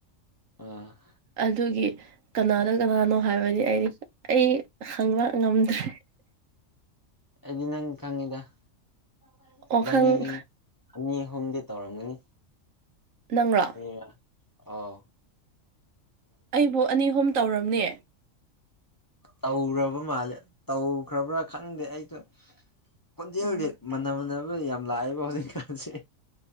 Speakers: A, on the left; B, on the right.
A: ꯑ
B: ꯑꯗꯨꯒꯤ ꯀꯅꯥꯗ ꯀꯅꯥꯅꯣ ꯍꯥꯏꯕꯗꯤ ꯑꯩꯗꯤ ꯑꯩ ꯍꯪꯕ ꯉꯝꯗ꯭ꯔꯦ
A: ꯗꯤꯅꯪ ꯈꯉꯗꯕꯅꯤꯅꯤ
B: ꯋꯥꯈꯪ
A: ꯍꯣꯝꯗ ꯇꯧꯔꯝꯒꯅꯤ
B: ꯅꯪꯔꯣ
A: ꯑꯣ ꯑꯥꯎ
B: ꯑꯩꯕꯨ ꯑꯅꯤ ꯑꯍꯨꯝ ꯇꯧꯔꯝꯅꯦ
A: ꯇꯧꯔꯕ ꯃꯥꯜꯂꯦ ꯇꯧꯈ꯭ꯔꯕ꯭ꯔꯥ ꯈꯟꯗꯦ ꯑꯩꯁꯨ ꯈꯣꯟꯖꯦꯜꯖꯤ
B: ꯎꯝ
A: ꯃꯥꯟꯅ ꯃꯅꯕ ꯌꯥꯝ ꯂꯥꯛꯑꯦꯕ ꯍꯧꯖꯤꯛꯀꯥꯟꯁꯦ